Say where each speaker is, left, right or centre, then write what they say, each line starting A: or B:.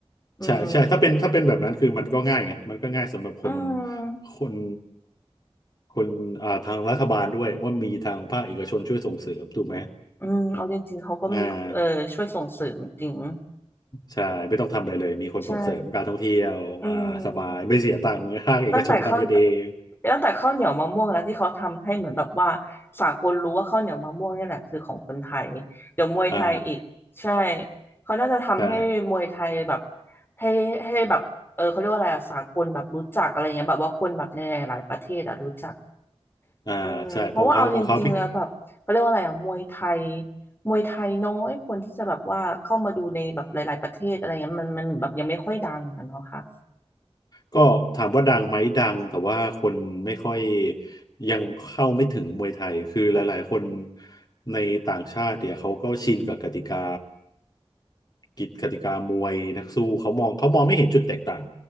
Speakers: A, on the left (about 20°); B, on the left (about 40°).
A: อืม
B: ใช่ใช่ถ้าเป็นถ้าเป็นแบบนั้นคือมันก็ง่ายไงมันก็ง่ายสำหรับคน
A: อืม
B: คนคนอ่าทางรัฐบาลด้วยว่ามีทางภาคเอกชนช่วยส่งเสริมถูกไหม
A: อืมเอาจริงๆเขาก็มีเออช่วยส่งเสริมจริง
B: อ่าใช่ไม่ต้องทำอะไรเลยมีคนส่งเสริมการท่องเที่ยวอ่าสบายไม่เสียตังค์ภาคเอกชนทำกันเอง
A: ใช่อืม ตั้งแต่ข้าวตั้งแต่ข้าวเหนียวมะม่วงแล้วที่เขาทำให้เหมือนแบบว่าสากลรู้ว่าข้าวเหนียวมะม่วงเนี่ยแหละคือของคนไทยเดี๋ยวมวยไทยอีกใช่
B: อ่า
A: เขาน่าจะทำให้มวยไทยแบบ
B: ใช่
A: ให้ให้แบบเออเขาเรียกว่าอะไรอะสากลแบบรู้จักอะไรเงี้ยแบบว่าคนแบบในหลายๆประเทศอะรู้จัก
B: อ่าใช่ของเขาของเขาพี่
A: อืมเพราะว่าเอาจริงๆแล้วแบบเขาเรียกว่าอะไรอะมวยไทยมวยไทยน้อยคนที่จะแบบว่าเข้ามาดูในแบบหลายๆประเทศอะไรเงี้ยมันมันแบบยังไม่ค่อยดังอะเนาะค่ะ
B: ก็ถามว่าดังไหมดังแต่ว่าคนไม่ค่อยยังเข้าไม่ถึงมวยไทยคือหลายๆคนในต่างชาติเนี่ยเขาก็ชินกับกติกา กิจกติกามวยนักสู้เขามองเขามองไม่เห็นจุดแตกต่าง